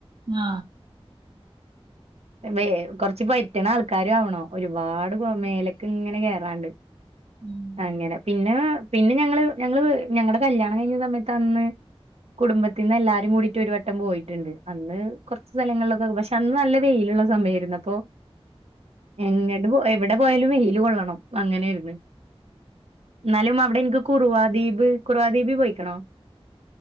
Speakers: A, on the right; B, on the right.
A: ആ.
B: വെ കൊറച്ച് പറ്റ്ണ ആൾക്കാരാവണം ഒരുപാട്
A: അത്
B: മേലക്ക്ങ്ങനെ
A: ശരിയാ
B: കേറാണ്ട്.
A: ഉം
B: അങ്ങനെ പിന്നെ. പിന്നെ ഞങ്ങള് ഞങ്ങള് ഞങ്ങടെ കല്യാണം കയിഞ്ഞ സമയത്ത് അന്ന്. കുടുംബത്തിന്ന് എല്ലാരും കൂടിയിട്ട് ഒരു വട്ടം പോയിട്ടുണ്ട് അന്ന് കൊറച്ച് സ്ഥലങ്ങളിലൊക്കെ പക്ഷെ അന്ന് നല്ല. വെയിലുള്ള സമയാരുന്നു അപ്പൊ. എങ്ങട്ട് പോ എവിടെ പോയാലും വെയില് കൊള്ളണം അങ്ങനെയിരുന്നു. ന്നാലും അവിടെ എനിക്ക് കുറുവാദ്വീപ് കുറവാദ്വീപ് പോയിക്കണോ.